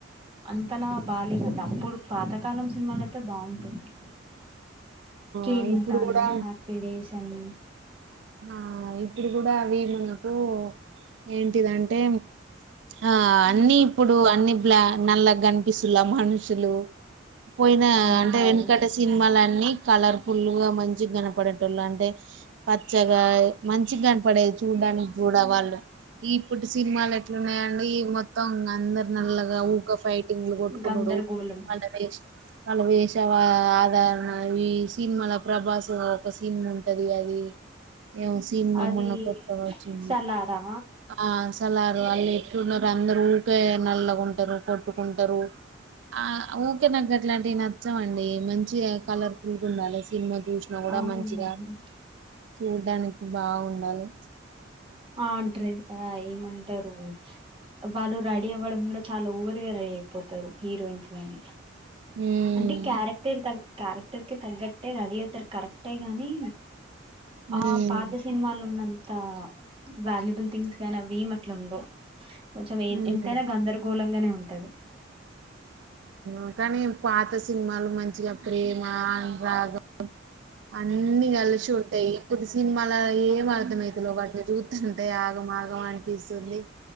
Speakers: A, on the right (about 30°); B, on the right (about 65°).
A: అంతలా బాగాేవండి అప్పుడు పాతకాలం సినిమాలు అయితే బాగుంటుంది కేరిన్
B: ఆ ఇప్పుడు
A: తనిి
B: కూడా
A: హ్యాపీి డేస్ చన్న
B: ఆ ఇప్పుడు కూడా అవి మనకు ఏంటిదంటే ఆ అన్నీ ఇప్పుడు అన్నిలా నల్ల కనిపిస్తులా మనుషులు పోయిన
A: అవునవును
B: అంటే వెనుకట సినిమాాల కలర్ఫుల్ గా మంచి కనపడేటళు అంటే ప మచ్చగా మంచిగా కనపడేది చూడ్డానికి కూడా వాళ్ళు ఇప్పుడు సినిమాలు ఎట్లున్నాయండి మొత్తం అందరు నల్లగా ఊగా ఫైటింగ్లు కొట్టుకునుడు
A: గందరగోళం
B: మళ్ళ వాళ్ళ వేష ఆదరణ ఈ సినిమాల ప్రభాస్ ఒక సీన్ ఉంటది అది ఏ సినిమా
A: అది
B: మొన్న కొత్త వచ్చిన
A: సలారా
B: ఆ సలారు అదే ఎట్లున్నారు అందరు ఊకే నల్లగుంటారు కొట్టుకుంటారు ఆ ఊకే నగ్గట్లాంటివి నచ్చవండి మంచి మంచిగా కలర్ఫుల్గా ఉండాలి సినిమా చూసినా కూడా
A: అవునండి
B: మంచిగా చడ్డానికి బాగుండాలి
A: ఆ డ్రెస్ ఏమంటారు వాళ్ళు రెడీ అవ్వడం కూడా చాలా ఓవర్ గా రెడీ అయిపోతారు హీరోయిన్స్ గాని
B: ఉమ్
A: అంటే క్యారెక్టర్ తగ క్యారెక్టర్ కి తగ్గట్టే రెడీ అవుతారు కరెక్టే గాని
B: ఉమ్
A: ఆ పాత సినిమాలు ఉన్నా అ వాల్యుబుల్ థింగ్స్ గానీ అవి ఏం అట్లా ఉంండవు కొంచెం ఏ
B: ఉమ్
A: ఎంతైనా గందరగోళంగానే ఉంటుంది ఉంటది
B: ఉ కానీ పాత సినిమాలు మంచిగా ప్రేమ అనురాగం అన్ని కలిసి ఉట్టాయి ఇప్పుడు సినిమాల ఏం అర్థమైతలే వాటినీ చూస్తుంటే ఆగమాగం అంట పిస్తుంది